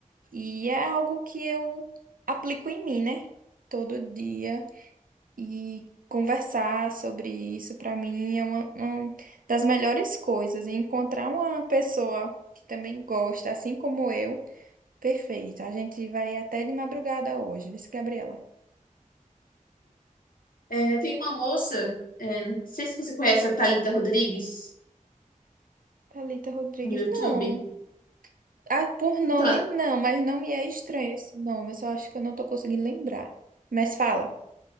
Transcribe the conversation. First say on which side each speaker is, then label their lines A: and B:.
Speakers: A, on the right; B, on the left.
A: E é algo que eu aplico em mim, né? Todo dia. E conversar sobre isso, pra mim, é uma, uma das melhores coisas. E encontrar uma pessoa que também gosta, assim como eu, perfeito. A gente vai até de madrugada hoje, viu, Gabriela?
B: É, tem uma moça, é, não sei se você conhece a Thalita Rodrigues
A: Thalita Rodrigues,
B: no YouTube.
A: não. Ah, por nome
B: Então, é-
A: não, mas não me é estranho esse nome. Eu só acho que eu não tô conseguindo lembrar. Mas fala.